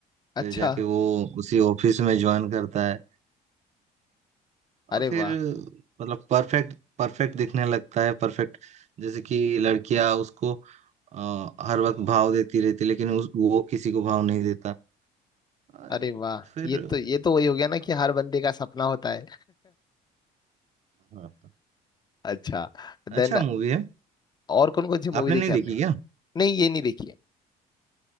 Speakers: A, on the left (about 25°); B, on the right (about 45°).
A: अच्छा
B: फिर जाके वो उसी ऑफिस में ज्वाइन करता है
A: अरे
B: और फिर
A: वाह
B: मतलब परफेक्ट परफेक्ट दिखने लगता है परफेक्ट जैसे कि लड़कियां उसको अ, हर वक्त भाव देती रहती लेकिन उस, वो किसी को भाव नहीं देता अ,
A: अरे वाह
B: फिर
A: ये तो ये तो वही हो गया ना कि
B: हाँ,
A: हर बंदे का सपना होता है
B: हाँ।
A: अच्छा देन
B: अच्छा मूवी है
A: और कौन कौन सी मूवी
B: आपने
A: देखी
B: नहीं देखी
A: आपने
B: क्या
A: नहीं ये नहीं देखी है